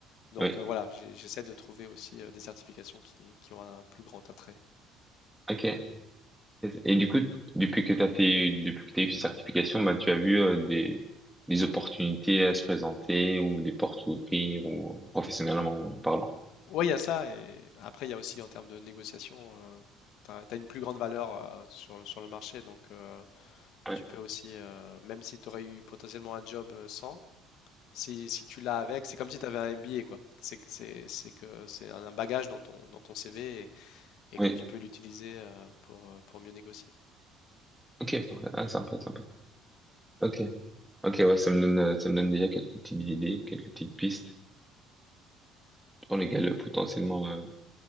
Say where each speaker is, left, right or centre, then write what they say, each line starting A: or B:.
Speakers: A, on the left; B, in the centre.
A: Donc
B: oui
A: euh, voilà, j'ai- j'essaie de trouver aussi euh, des certifications qui, qui ont un plus grand attrait.
B: ok et du coup depuis que t'as fait depuis que t'as eu ces certifications bah tu as vu euh, des des opportunités à se présenter ou des portes à ouvrir ou professionnellement parlant
A: Oui, il y a ça, et après, il y a aussi en termes de négociation, tu as, une plus grande valeur euh, sur, le- sur le marché, donc euh,
B: ouais
A: tu peux aussi, euh, même si tu aurais eu potentiellement un job euh, sans, Si, si tu l'as avec, c'est comme si tu avais un MBA, quoi. C'est que c'est c'est que c'est un un bagage dans ton, dans ton CV et, et
B: oui
A: que tu peux l'utiliser euh, pour, euh, pour mieux négocier.
B: ok parfait. ah, sympa sympa ok ok ouais ça me donne euh, ça me donne déjà quelques petites idées quelques petites pistes sur lesquelles euh, potentiellement euh,